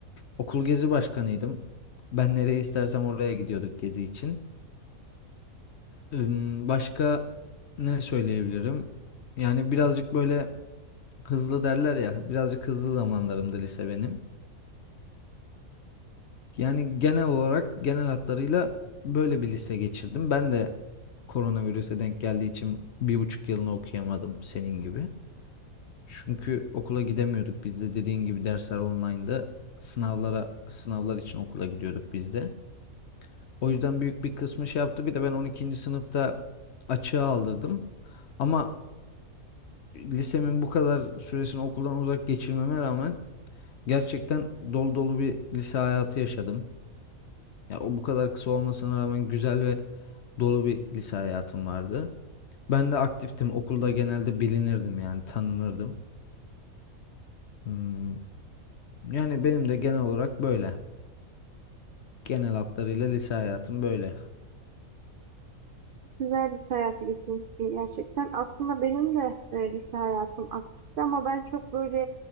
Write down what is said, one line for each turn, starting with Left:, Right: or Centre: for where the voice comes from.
Left: Okul gezi başkanıydım. Ben nereye istersem oraya gidiyorduk gezi için. Im, Başka ne söyleyebilirim? Yani birazcık böyle hızlı derler ya birazcık hızlı zamanlarımdı lise benim. Yani genel olarak genel hatlarıyla böyle bir lise geçirdim. Ben de koronavirüse denk geldiği için bir buçuk yılını okuyamadım senin gibi. Çünkü okula gidemiyorduk biz de dediğin gibi dersler online'da sınavlara sınavlar için okula gidiyorduk biz de. O yüzden büyük bir kısmı şey yaptı. Bir de ben on ikinci sınıfta açığa aldırdım. Ama lisemin bu kadar süresini okuldan uzak geçirmeme rağmen Gerçekten dolu dolu bir lise hayatı yaşadım. Ya o bu kadar kısa olmasına rağmen güzel ve dolu bir lise hayatım vardı. Ben de aktiftim. Okulda genelde bilinirdim yani tanınırdım. Hmm, Yani benim de genel olarak böyle. Genel hatlarıyla lise hayatım böyle.
Right: Güzel lise hayatı geçirmişsin gerçekten. Aslında benim de e, lise hayatım aktifti ama ben çok böyle